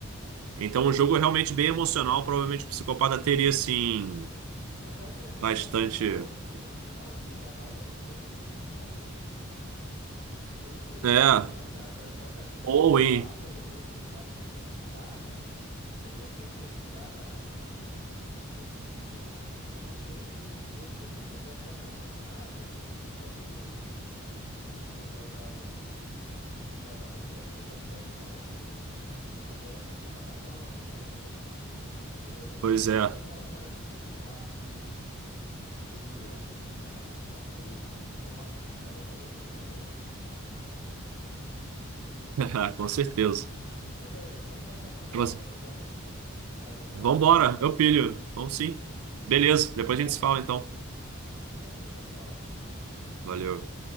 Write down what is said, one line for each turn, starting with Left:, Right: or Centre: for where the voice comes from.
Right: Então o jogo é realmente bem emocional, provavelmente o psicopata teria assim
Left: Porque o cara que ele é muito
Right: bastante,
Left: racional, assim, emocional, ele já vai dando fold, assim, né? Sem, Sem perder
Right: é,
Left: tempo, né, cara? Agora, Já o cara que é psicopata,
Right: ou hein,
Left: ele, ele ele vai querer brincar, né? Ele vai querer ser, dar aquela- aquele, aquele lance de imprevisível, né? Pelo menos o meu estilo de poker é assim: eu pego minha mão, não tenho nada, viu? deixa ele, o, o, o River saiu lá e não, não vai dar bom pra mim, eu já pego e tchau, fold. Agora o psicopata não, né, cara? <laughs> É, principalmente
Right: pois é,
Left: quando o cara, o cara curte brincar, assim, aquele, aquele leão que curte brincar com a, com a presa, assim. Nossa, esses caras aí, eu acho que eles vão longe.
Right: <laughs> com certeza.
Left: Mas aí, vamos marcar qualquer hora
Right: Você-
Left: de jogar um, cara. Vou ter que sair agora.
Right: Vambora, eu pilho. Vamos sim. Beleza,
Left: Precisando voltar.
Right: depois a gente se fala então.
Left: Valeu, tchau, tchau.
Right: Valeu.